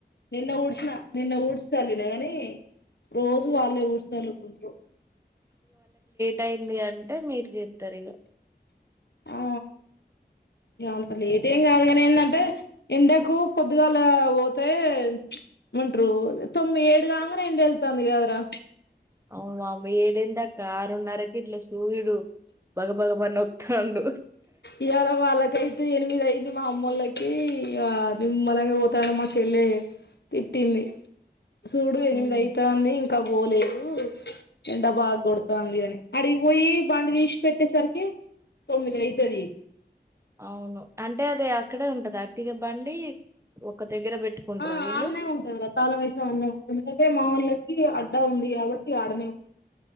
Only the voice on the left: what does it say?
నిన్న ఊడ్సిన నిన్న ఊడ్చి సల్లినగని రోజు వాళ్ళే ఊడ్సి సళ్ళుకుంట్రు
ఆ ఇగ అంత లేటెమ్ కాదు గని ఏంధంటే ఎండకు పొద్దుగాల వోతే ప్చ్ ఉంట్రు తొమ్మి ఏడు కాంగనే ఎండెల్ళ్తుంది కదరా
ఇయాల వాళ్లకైతే ఎనిమిదై ఇది మా అమ్మోలకి ఇగ నిమ్మళంగా వోతాడే మా చెల్లె తిట్టింది. సూడు ఎనిమిదైతాంది
ఇంకా బోలె ఉ ఎండ బాగ్ గొడతాంది అని అడికీ బొయ్యి బండి దీస్ పెట్టేసరికి తొమ్మిదయి తరి
ఆ
ఆన్నే ఉంటుంది రా తాళం వేసేనా ఆన్నే ఉంటుంది ఎందుకంటే మావోల్లకి అడ్డా ఉంది కాబట్టి ఆడనే ఉంది